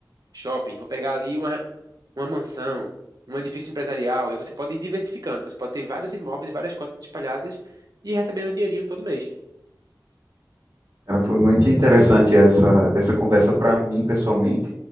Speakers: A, on the right; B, on the right.
A: shopping, vou pegar ali uma, uma mansão, um edifício empresarial, e você pode ir diversificando, você pode ter vários imóveis e várias cotas espalhadas e ir recebendo um dinheirinho todo mês,
B: Cara, foi muito interessante essa, essa conversa para mim, pessoalmente.